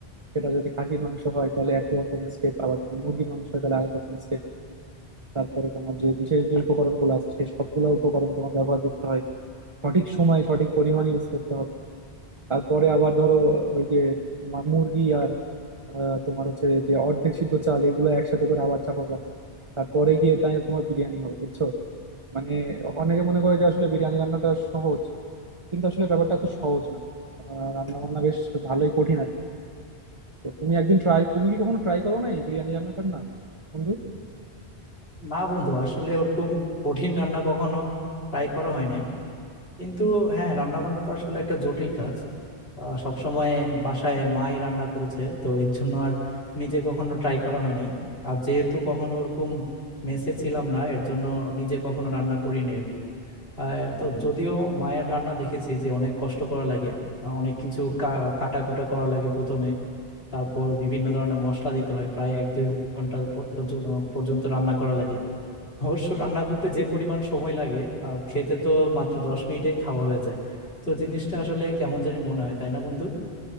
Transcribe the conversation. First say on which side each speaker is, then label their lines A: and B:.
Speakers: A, on the right; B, on the left.
A: সেটা যদি খাসির মাংস হয় তাহলে এক রকম স্টেপ আবার যদি মুরগির মাংস হয় তাহলে আরেক রকম স্টেপ তারপরে তোমার যে বিশেষ যে উপকরণগুলো আছে সেই সবগুলো উপকরণ তোমার ব্যবহার করতে হয় সঠিক সময়ে সঠিক পরিমাণ ইউজ করতে হবে তারপরে আবার ধরো ওই যে মা- মুরগি আর আহ, তোমার হচ্ছে যে অর্ধেক সিদ্ধ চাল এগুলো একসাথে করে আবার চাপাবা তারপরে গিয়ে তাই তোমার বিরিয়ানি হবে বুঝছো মানে অনেকে মনে করে যে আসলে বিরিয়ানি রান্নাটা সহজ কিন্তু আসলে ব্যাপারটা তো সহজ না আহ, রান্না বান্না বেশ ভালোই কঠিন আর কি। তো তুমি একদিন ট্রাই তুমি কি কখনো ট্রাই করো না এই বিরিয়ানি রান্নাটার না বন্ধু
B: না বন্ধু আসলে ওরকম কঠিন রান্না কখনো ট্রাই করা হয় নাই কিন্তু হ্যাঁ রান্না বান্না তো আসলে একটা জটিল কাজ সব সময় বাসায় মাই রান্না করেছে তো এর জন্য আর নিজে কখনো ট্রাই করা হয় নাই আর যেহেতু কখনো ওরকম মেসে ছিলাম না এর জন্য নিজে কখনো রান্না করিনি আর কি আহ, তো যদিও মায়ের রান্না দেখেছি যে অনেক কষ্ট করা লাগে আহ, অনেক কিছু কাটাকুটা করা লাগে প্রথমে তারপর বিভিন্ন ধরনের মশলা দিতে হয় প্রায় এক দুই ঘন্টা প- পর্যন্ত রান্না করা লাগে অবশ্য রান্না করতে যে পরিমাণ সময় লাগে আর খেতে তো মাত্র দশ মিনিটে খাওয়া হয়ে যায় তো জিনিসটা আসলে কেমন জানি মনে হয় তাই না বন্ধু